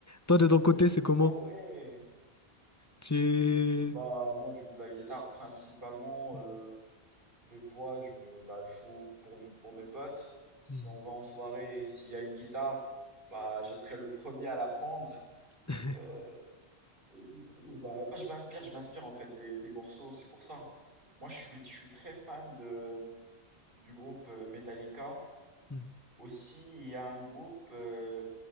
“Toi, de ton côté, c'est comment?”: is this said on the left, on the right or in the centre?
Left